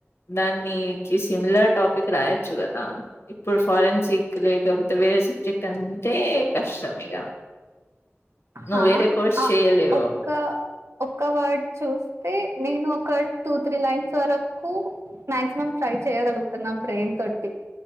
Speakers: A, on the left (about 65°); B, on the right (about 70°).
A: దాని సిమిలర్ టాపిక్ రాయచ్చు కదా ఇప్పుడు ఫారెన్సిక్ లేకపోతే వేరే సబ్జెక్ట్ అంటే కష్టం ఇగ నువ్వు
B: హ
A: వేరే కోర్స్
B: ఆ
A: చేయలేవు
B: ఒక్క ఒక్క వర్డ్ చూస్ అతే నేను ఒక టూ త్రీ లైన్స్ వరకు మాక్సిమం ట్రై చేయ్యగలుగుతున్నా బ్రెయిన్ థర్టీ